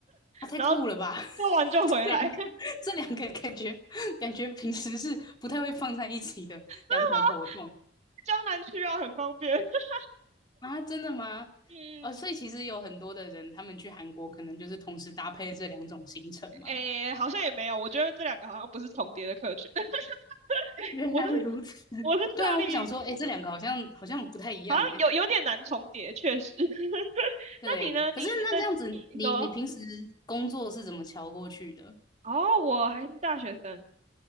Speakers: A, on the left; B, on the right.
A: 啊，太酷了吧！
B: 然后
A: <laughs>
B: 做完就回来。
A: 这两个，
B: <laughs> 真
A: 这两个感觉感觉平时是不太会放在一起的两种活动
B: 的吗？江南区啊，很方便。<laughs>
A: 啊，真的吗？
B: 嗯，
A: 哦，所以其实有很多的人，他们去韩国可能就是同时搭配这两种行程嘛。
B: 诶，好像也没有，我觉得这两个好像不是重叠的客群。<laughs>
A: 原来如此，
B: 我是
A: <laughs>
B: 我是特例，
A: 对啊，我想说，哎，这两个好像好像不太一样，
B: 好像有有点难重叠，
A: 哎，
B: 确实。<laughs>
A: 对。
B: 那你呢？你你在嗯，
A: 可是那这样子，
B: 你说
A: 你你平时工作是怎么瞧过去的？
B: 哦，我还是大学生。